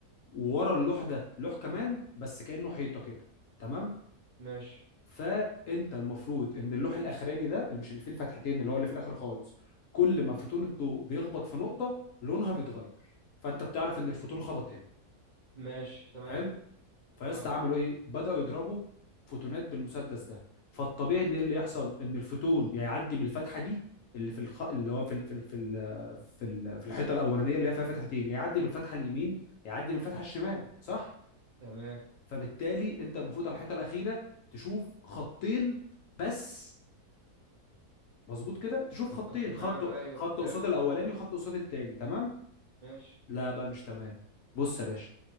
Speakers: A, on the left; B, on the right.
A: وورا اللوح ده لوح كمان بس كأنه حيطة كده تمام
B: ماشي
A: فانت المفروض ان اللوح الاخراني ده اللي مش اللي فيه الفتحتين اللي هو اللي في الاخر خالص كل ما فوتون الضوء بيخبط في نقطة لونها بيتغير فانت بتعرف ان الفوتون خبط هنا
B: ماشي تمام
A: حلو فيا
B: اه
A: اسطى عملوا ايه بداوا يضربوا فوتونات بالمسدس ده فالطبيعي ان ايه اللي يحصل ان الفوتون يا يعدي من الفتحه دي اللي في الخ... اللي هو في ال... في ال... في ال... في, ال... في الحيطه الاولانيه اللي هي فيها فتحتين يا يعدي من الفتحه اليمين يا يعدي من الفتحه الشمال صح
B: تمام
A: فبالتالي انت المفروض على الحيطه الاخيره تشوف خطين بس مظبوط كده تشوف خطين
B: اه تمام
A: خط
B: ايوه
A: خط
B: فهمت
A: قصاد الاولاني وخط قصاد التاني تمام
B: ماشي
A: لا بقى مش تمام بص يا باشا